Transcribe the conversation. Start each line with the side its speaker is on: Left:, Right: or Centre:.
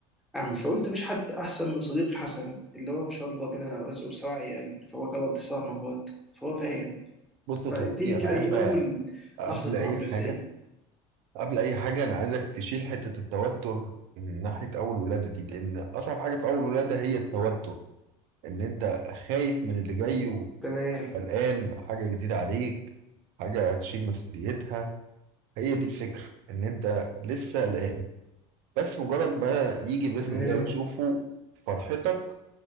Centre: اعمل فقلت مفيش حد احسن من صديقي حسن اللي هو ما شاء الله بينا رزقه بسبع عيال فهو جرب ده سبع مرات فهو فاهم
Right: بص
Centre: فاديني
Right: يا صديقي
Centre: كده
Right: أنا عايز
Centre: ايه
Right: بقى
Centre: اول
Right: قبل
Centre: لحظته
Right: أي
Centre: عامله ازاي
Right: حاجة قبل أي حاجة أنا عايزك تشيل حتة التوتر من ناحية أول ولادة دي لأن أصعب حاجة في أول ولادة هي التوتر إن أنت خايف من اللي جاي
Centre: تمام
Right: وقلقان حاجة جديدة عليك حاجة هتشيل مسؤوليتها هي دي الفكرة إن أنت لسه قلقان بس مجرد ما يجي بإذن
Centre: تمام
Right: الله وتشوفه فرحتك